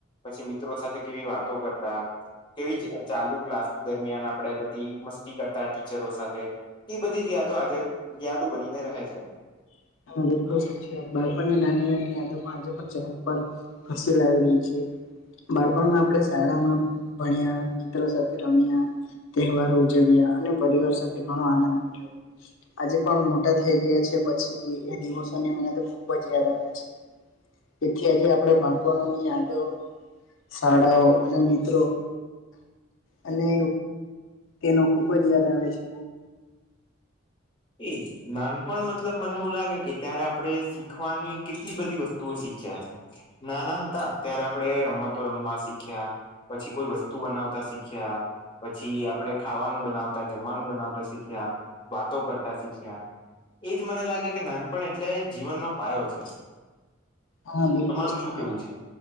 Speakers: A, on the left; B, on the left.
A: પછી મિત્રો સાથે કેવી વાતો કરતા કેવી ચ ચાલુ ક્લાસ દરમિયાન આપણે બધી મસ્તી કરતા ટીચરો સાથે, એ બધી જ યાદો આજર યાદુ બનીને રહે છે.
B: <unintelligible> બાળપણની નાની-નાની યાદો પણ આજે પણ ચહેરા પર હસી લાવી દે છે. બાળપણમાં આપણે શાળામાં ભણ્યા, મિત્રો સાથે રમ્યા, તહેવારો ઉજવ્યા અને પરિવાર સાથે ઘણો આનંદ માણ્યો. આજે પણ મોટા થઈ ગયા છે પછી એ એ દિવસોની મને તો ખુબ જ યાદ આવે છે. તેથી આજે આપણેે બાળપણો ની યાદો શાળાઓ અને મિત્રો અને એનો ખુબ જ યાદ આવે છે.
A: એ જ. નાનપણ મતલબ મને એવું લાગે કે ત્યારે આપણે શીખવાની કેટલી બધી વસ્તુઓ શીખ ખ્યા, તા નાના હતા ત્યારે આપણે રમતો રમવા શીખ્યા પછી, કોઈ વસ્તુ બનાવતા શીખ્યા પછી આપડે ખાવાનું બનાવતા, જમવાનું બનાવતા શીખ્યા, બા તો કરતા શીખ્યા, એજ મને લાગે કે નાનપણ એટલે જીવનનો પાયો છે.
B: હા, બિલકુલ
A: તમારું
B: સાચી
A: શું કેવું
B: વાત,
A: છે?